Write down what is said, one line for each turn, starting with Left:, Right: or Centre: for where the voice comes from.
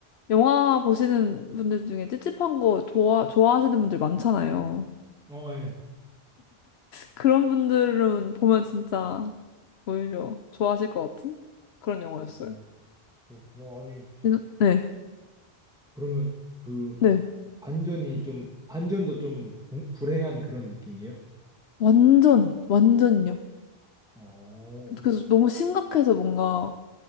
Left: 영화 보시는 분들 중에 찝찝한 거 좋아, 좋아하시는 분들 많잖아요.
Centre: 어, 예,
Left: 그런 분들은 보면 진짜 오히려 좋아하실 것 같은 그런 영화였어요.
Centre: 어, 뭐, 그렇구나. 아니,
Left: 네, 네.
Centre: 그러면 그
Left: 네.
Centre: 반전이 좀 반전도 좀 불- 불행한 그런 느낌이에요?
Left: 완전, 완전요.
Centre: 어,
Left: 그래서 너무 심각해서 뭔가